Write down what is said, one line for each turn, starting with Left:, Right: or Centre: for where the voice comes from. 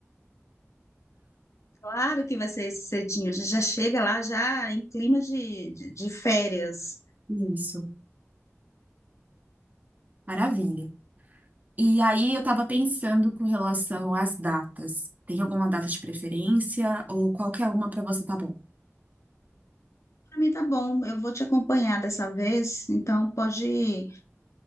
Left: Claro que vai ser esse cedinho. A gente já chega lá já em clima de, de, de férias.
Right: Isso. Maravilha. E aí eu estava pensando com relação às datas. Tem alguma data de preferência ou qualquer uma para você tá bom?
Left: Para mim tá bom, eu vou te acompanhar dessa vez, então pode